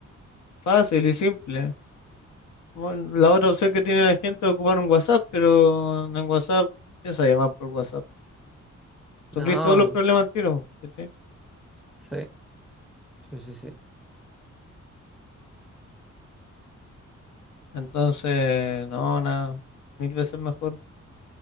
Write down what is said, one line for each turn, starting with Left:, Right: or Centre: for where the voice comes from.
Left: Fácil y simple. Bueno, la otra opción que tiene la gente es ocupar un WhatsApp, pero en WhatsApp, piensa llamar por WhatsApp. Suplir
Centre: No,
Left: todos los problemas al tiro, ¿cachai?
Centre: sí, sí, sí, sí.
Left: Entonces, no, nada, mil veces mejor.